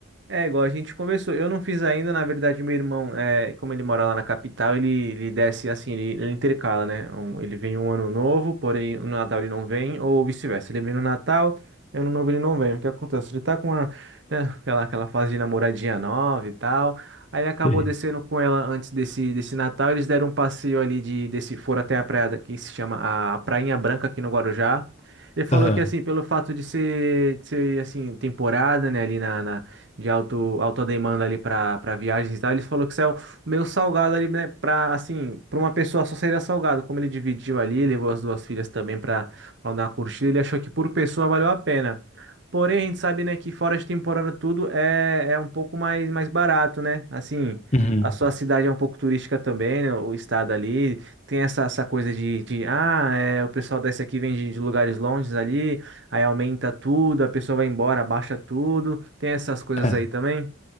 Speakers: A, on the right; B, on the left.
A: É, igual a gente conversou. Eu não fiz ainda, na verdade, meu irmão, é, como ele mora lá na capital, ele, ele desce assim, ele, ele intercala, né? Um- ele vem um ano novo, porém no Natal ele não vem, ou vice-versa. Ele vem no Natal, ano novo ele não vem. O que acontece? Ele tá com a, né, aquela, aquela fase de namoradinha nova e tal. Aí ele acabou
B: Sim.
A: descendo com ela antes desse, desse Natal. Eles deram um passeio ali de, desse, foram até a praia da- que se chama a Prainha Branca aqui no Guarujá. Ele falou
B: Aham.
A: que assim, pelo fato de ser, de ser assim, temporada, né, ali na na- de auto, alta demanda ali para para viagens e tal. Ele falou que isso é o meio salgado ali, né? Para assim, para uma pessoa só seria salgado. Como ele dividiu ali, levou as duas filhas também para dar uma curtida, ele achou que por pessoa valeu a pena. Porém, a gente sabe, né, que fora de temporada tudo é, é um pouco mais, mais barato, né? Assim,
B: Uhum.
A: a sua cidade é um pouco turística também, né? O estado ali tem essa, essa coisa de, de ah, é, o pessoal desce aqui vem de, de lugares longes ali, aí aumenta tudo, a pessoa vai embora, abaixa tudo. Tem essas coisas
B: É.
A: aí também?